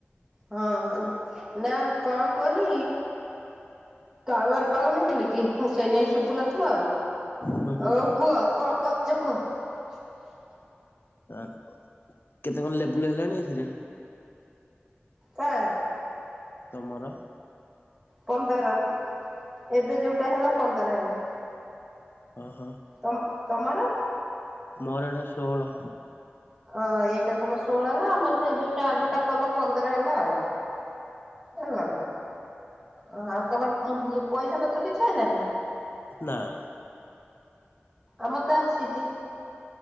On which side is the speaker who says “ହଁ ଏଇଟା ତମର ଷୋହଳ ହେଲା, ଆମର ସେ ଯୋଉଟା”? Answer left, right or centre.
Right